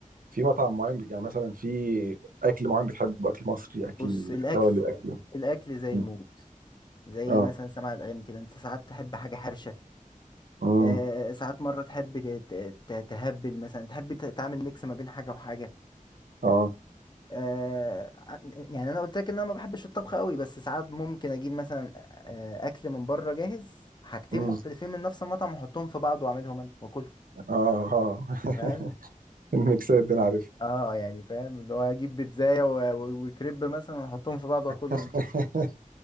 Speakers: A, on the right; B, on the left.
A: في مطعم معين يعني مثلا في اكل معين بتحبه اكل مصري اكل
B: بص الاكل
A: ايطالي اكل
B: الاكل زي
A: مم.
B: الموت زي
A: اه
B: مثلا سماع الاغاني كده انت ساعات تحب حاجة حرشة
A: امم
B: آه، ساعات مرة تحب ت- ت- تهبل مثلا تحب ت- تعمل ميكس ما بين حاجة وحاجة
A: اه
B: آه، ع- يعني أنا قلت لك إن أنا ما بحبش الطبخ قوي بس ساعات ممكن أجيب مثلا آه، أكل من بره جاهز حاجتين
A: امم
B: مختلفين من نفس المطعم وأحطهم في بعض وأعملهم أنا وأكلهم
A: اه اه
B: فاهم؟
A: <laughs> الميكسات دي انا عارفها
B: اه يعني فاهم اللي هو اجيب بيتزاية و- و- وكريب مثلا واحطهم في بعض واكلهم
A: <laughs>
B: كده